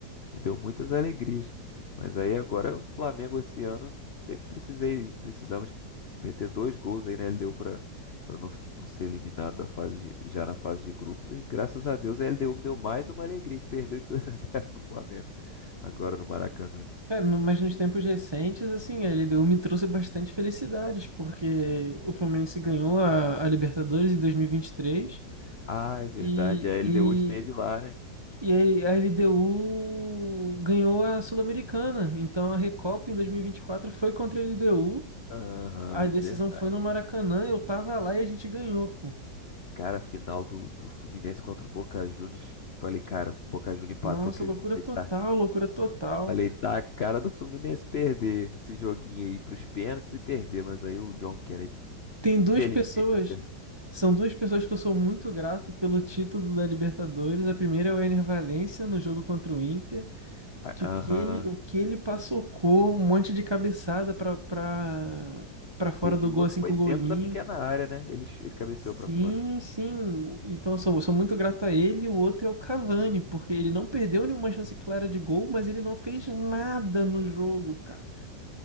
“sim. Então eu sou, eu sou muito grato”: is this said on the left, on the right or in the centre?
Right